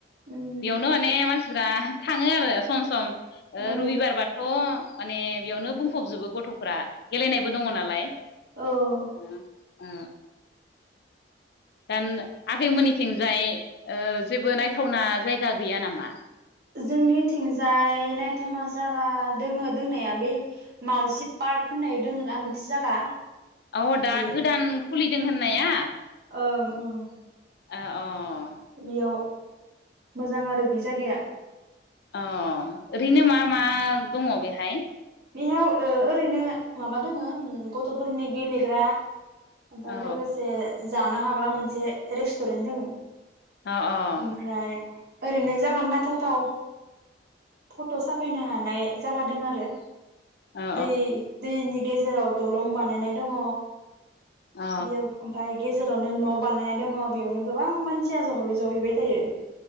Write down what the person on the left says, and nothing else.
बेयावनो माने मान सिफ्रा थाङो आरो सम सम। ओ
रुबिबार बाथ' माने बेयावनो बुंफबजोबो गथ'फोरा गेलेनायबो दङ नालाय।
ओ ओ दान आगैमोननिथिंजाय ओ जेबो नायथावना जायगा गैया नामा?
औ दा
गोदान खुलिदों होननाया?
ओ अ'
अ' ओरैनो मा मा दङ बेहाय?
औ
अ अ औ
औ
औ